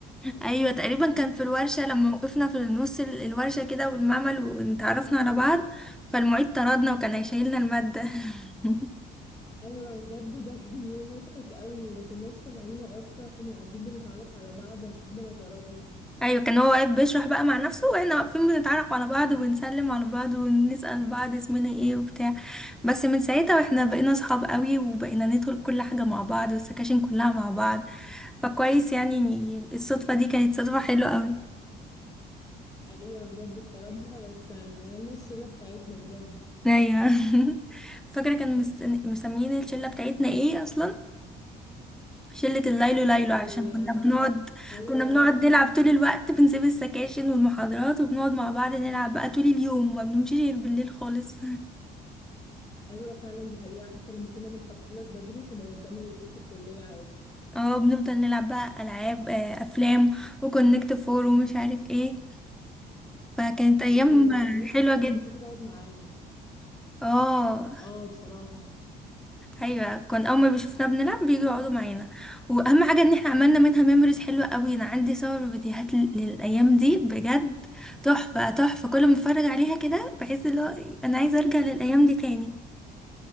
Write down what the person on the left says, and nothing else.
انا بجد ده كان يوم مضحك قوي ما كناش سامعينه اصلا وقاعدين بنتعرف على بعض لحد ما طردنا
ايوه بجد اتطردنا بس عملنا الشلة بتاعتنا بجد
ال
ايوه
ايوه فعلا دي حقيقة حتى لما كنا بنخلص بدري كنا بنكمل اليوم في الكلية عادي
ايوه الناس
كلها
كانت بتيجي تقعد معانا
اه بصراحة